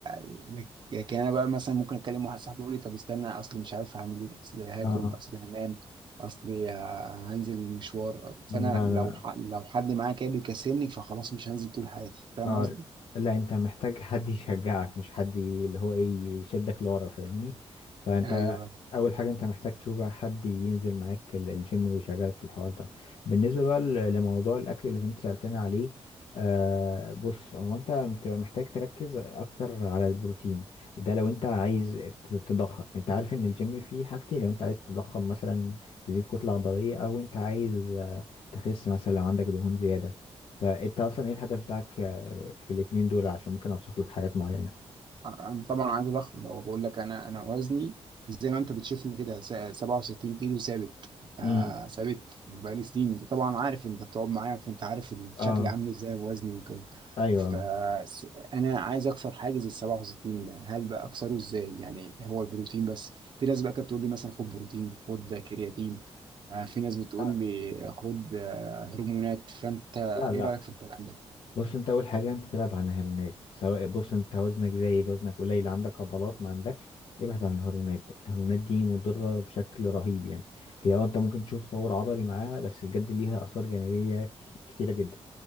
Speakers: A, on the right (about 45°); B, on the left (about 65°).
A: ب- لكن انا بقى مثلا ممكن اكلم واحد صاحبي يقول لي طب استنى اصل مش عارف هعمل ايه اصل هاكل
B: اه
A: اصل هنام اصل ه- هنزل المشوار فانا
B: لا
A: لو
B: لا
A: ح... لو حد معايا كده بيكسلني فخلاص مش هنزل طول حياتي فاهم
B: اه
A: قصدي؟
B: لا لا، انت محتاج حد يشجعك مش حد ي- اللي هو ايه يشدك لورا فاهمني فانت
A: ايوه
B: اول حاجه انت محتاج تشوف بقى حد ينزل معاك ال- الجيم ويشجعك في الحوار ده بالنسبه بقى ل- لموضوع الاكل اللي انت سالتني عليه آه بص هو انت بتبقى محتاج تركز اكتر على البروتين ده لو انت عايز ت- تضخم انت عارف ان الجيم فيه حاجتين لو انت عايز تضخم مثلا تزيد كتله عضليه او انت عايز آه، تخس مثلا لو عندك دهون زياده فانت اصلا ايه الهدف بتاعك آه، في الاتنين دول عشان ممكن اوصف لك حاجات معينة
A: انا طبعا عايز اضخم لو بقول لك انا انا وزني زي ما انت بتشوفني كده س- 67 كيلو ثابت آه
B: امم
A: ثابت بقالي سنين انت طبعا عارف انت بتقعد معايا فانت عارف
B: اه
A: شكلي عامل ازاي وزني وكده
B: ايوه
A: فانا عايز اكسر حاجز ال 67 ده هل بقى اكسره ازاي يعني هو البروتين بس في ناس بقى كانت بتقول لي مثلا خد بروتين خد كرياتين آه في ناس بتقول
B: آه،
A: لي خد آه، هرمونات فانت ايه
B: لا لا
A: رايك في الكلام ده
B: بص انت اول حاجه انت تبعد عن الهرمونات سواء بص انت وزنك زايد وزنك قليل عندك عضلات ما عندكش ابعد عن الهرمونات الهرمونات دي مضره بشكل رهيب يعني هي اه انت ممكن تشوف تطور عضلي معاها بس بجد ليها اثار جانبيه ك- كتيره جدا